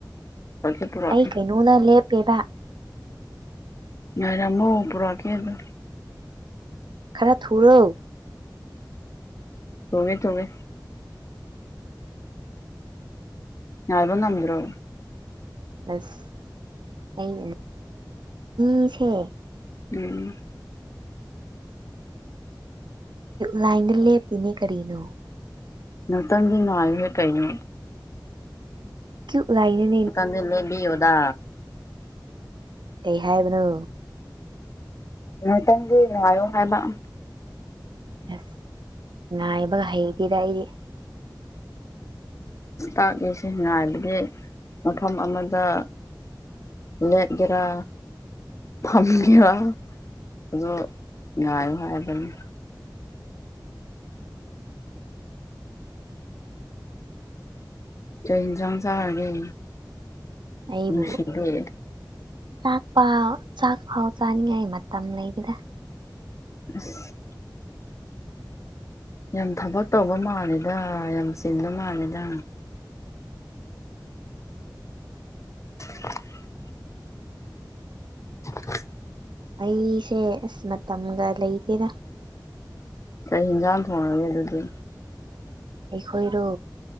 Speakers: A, on the left (about 40°); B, on the right (about 75°).
A: ꯄꯨꯔꯛꯀꯦ ꯄꯨꯔꯛꯀꯦ
B: ꯑꯩ ꯀꯩꯅꯣ ꯃꯨꯅ ꯂꯦꯞꯄꯕ
A: ꯉꯥꯏꯔꯝꯃꯣ ꯄꯨꯔꯛꯑꯀꯦ ꯑꯗꯨ
B: ꯈꯔ ꯊꯨꯔꯣ
A: ꯊꯣꯡꯉꯦ ꯊꯣꯡꯉꯦ ꯉꯥꯏꯕ ꯉꯝꯗ꯭ꯔꯣ
B: ꯑꯁ ꯑꯩ ꯃꯤꯁꯦ
A: ꯎꯝ
B: ꯂꯥꯏꯟ ꯂꯦꯞ ꯄꯤꯅꯦ ꯀꯔꯤꯅꯣ
A: ꯅꯨꯡꯇꯪꯒꯤ ꯅꯨꯡꯉꯥꯏꯔꯤꯁꯦ ꯀꯩꯅꯣ
B: ꯥꯇꯌꯨꯞ ꯂꯥꯏꯠꯅꯦ
A: ꯇꯟ ꯂꯩ ꯕꯤꯌꯎꯗꯥ
B: ꯀꯩ ꯍꯥꯏꯕꯅꯣ
A: ꯅꯇꯪꯗꯤ ꯉꯥꯏꯌꯣ ꯍꯥꯏꯕ
B: ꯑꯁ ꯉꯥꯏꯕꯒ ꯍꯩꯕꯤꯔ ꯑꯩꯗꯤ
A: ꯇꯥꯛꯏꯁꯤ ꯉꯥꯏꯕꯗꯤ ꯃꯐꯝ ꯑꯃꯗ ꯃꯠꯒꯔꯥ ꯐꯝꯒꯔ ꯑꯗꯣ ꯉꯥꯏꯌꯨ ꯍꯥꯏꯕꯅꯤ ꯆ ꯍꯤꯆꯥꯡ ꯆꯥꯔꯒꯦ
B: ꯑꯩꯕꯨ
A: ꯅꯨꯡꯁꯤꯕꯤ
B: ꯆꯥꯛ ꯄ ꯆꯥꯛ ꯐꯥꯎ ꯆꯥꯅꯤꯡꯉꯥꯏ ꯃꯇꯝ ꯂꯩꯇꯦꯗ
A: ꯑꯁ ꯌꯥꯝ ꯊꯕꯛ ꯇꯧꯕ ꯃꯥꯜꯂꯦꯗ ꯌꯥꯝ ꯆꯤꯟꯕ ꯃꯥꯜꯂꯦꯗ <inaudible> <inaudible>
B: ꯑꯩꯁꯦ ꯑꯁ ꯃꯇꯝꯒ ꯂꯩꯇꯦꯔ
A: ꯀꯩ ꯍꯟꯖꯥꯡ ꯊꯣꯡꯉꯒꯦ ꯑꯗꯨꯗꯤ
B: ꯑꯩꯈꯣꯏꯔꯣ